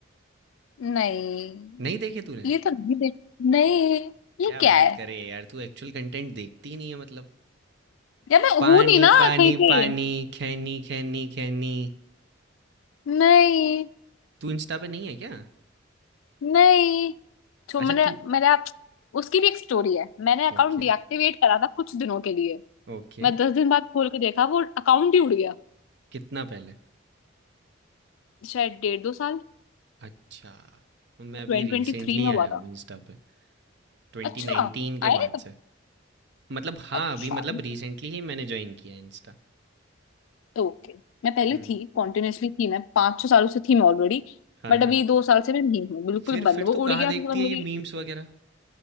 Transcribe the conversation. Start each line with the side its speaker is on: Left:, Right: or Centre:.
Left: नहीं
Right: नहीं देखे तूने?
Left: ये तो नहीं देख नहीं ये
Right: क्या
Left: क्या
Right: बात
Left: है
Right: करे यार तू एक्चुअल कंटेंट देखती ही नहीं है मतलब
Left: यार मैं
Right: पानी
Left: हूं नहीं ना
Right: पानी
Left: कहीं पे
Right: पानी खैनी खैनी खैनी
Left: नहीं
Right: तू इंस्टा पे नहीं है क्या
Left: नहीं तो
Right: अच्छा
Left: मैंने
Right: तू
Left: मेरा उसकी भी एक स्टोरी है मैंने अकाउंट
Right: Okay
Left: डीएक्टिवेट करा था कुछ दिनों के लिए
Right: okay
Left: मैं दस दिन बाद खोल के देखा वो अकाउंट ही उड़ गया
Right: कितना पहले
Left: शायद डेढ़ दो साल
Right: अच्छा मैं अभी
Left: ट्वेंटी
Right: रिसेंटली
Left: ट्वेंटी थ्री में
Right: आया
Left: हुआ
Right: हूँ
Left: था
Right: इंस्टा पे 2019
Left: अच्छा आया
Right: के
Left: नहीं
Right: बाद
Left: तब
Right: से मतलब हाँ
Left: अच्छा
Right: अभी मतलब रिसेंटली ही मैंने ज्वाइन किया है इंस्टा
Left: तो ओके मैं पहले
Right: हम्म
Left: थी कॉन्टिन्यूअसली थी मैं पाँच छह सालों से थी मैं ऑलरेडी
Right: हाँ
Left: बट
Right: हाँ
Left: अभी दो साल से मैं नहीं हूँ बिल्कुल
Right: फिर
Left: बंद
Right: फिर
Left: वो
Right: तू
Left: उड़
Right: कहाँ
Left: गया
Right: देखती
Left: फिर मेरी
Right: है ये मीम्स वगैरह